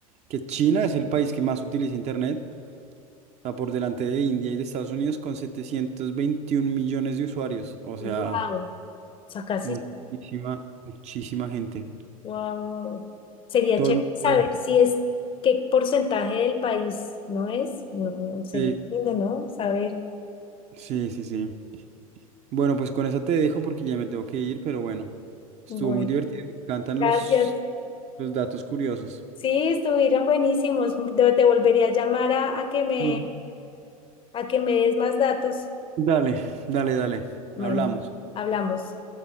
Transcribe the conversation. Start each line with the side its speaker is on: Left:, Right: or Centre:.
Right: que China es el país que más utiliza Internet, o sea, por delante de India y de Estados Unidos con 721 millones de usuarios, o sea,
Left: Wow, o sea, casi.
Right: Muchísima, muchísima gente.
Left: Wow. Sería
Right: Todo
Left: chévere
Right: el mundo
Left: saber
Right: está ahí.
Left: si es qué porcentaje del país no es. No, no, sería
Right: Sí,
Left: lindo, ¿no? Saber.
Right: sí, sí, sí. Bueno, pues con esa te dejo porque ya me tengo que ir, pero bueno, estuvo
Left: Bueno,
Right: muy divertido. Me encantan
Left: gracias.
Right: los, los datos curiosos.
Left: Sí, estuvieron buenísimos. Te, te volvería a llamar a, a que me,
Right: Sí.
Left: a que me des más datos.
Right: Dale, dale, dale.
Left: Bueno,
Right: Hablamos.
Left: hablamos.